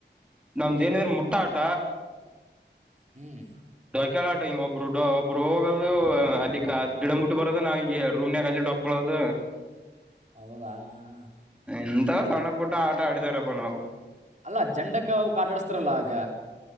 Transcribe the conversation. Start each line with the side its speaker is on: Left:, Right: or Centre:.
Centre: ನಮ್ದೇನಿದ್ರ
Right: ಹ್ಞೂ
Centre: ಮುಟ್ಟ ಆಟ
Right: ಹ್ಮ್
Centre: ಕೇಳಾಟ ಹಿಂಗ ಒಬ್ರು ಒಬ್ರು ಹೋಗೋದು ಅಲ್ಲಿ ಗಿಡಂಬ ಬಿಟ್ಟು ಬರೋದು ನಾವ್ ಹಿಂಗ ರೂಮ್ನಾಗ ಅಲ್ಲಿ ಡಕ್ಬೋದು
Right: ಹೌದಾ ಹಾ
Centre: ಎಂತ ಸಣ್ಣ ಪುಟ್ಟ ಆಟ ಆಡಿದಾರಪ್ಪ ನಾವು
Right: ಅಲ್ಲ ಜಂಡಕ್ಕ ಅವ ಕಾಟಾಡಸ್ತಾರಲ್ಲ ಆಗ